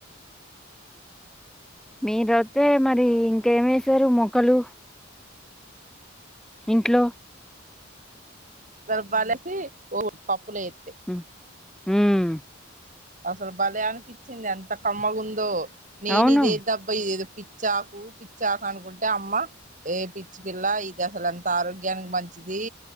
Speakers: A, in the centre; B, on the right (about 40°).
A: మీరు వస్తే మరి ఇంకే మేసారు మొక్కలు. ఇంట్లో.
B: రబాలసి ఓ పప్పులో ఎత్తే.
A: హ్మ్. హ్మ్.
B: అసలు భలే అనిపించింది ఎంత కమ్మగా ఉందో నేను
A: అవును.
B: ఇదేది అబ్బా ఏదో. పిచ్చాకు పిచ్చాకు అనుకుంటే అమ్మ ఏ పిచ్చి పిల్ల ఇది అసలు ఎంత ఆరోగ్యానికి మంచి. ఇది.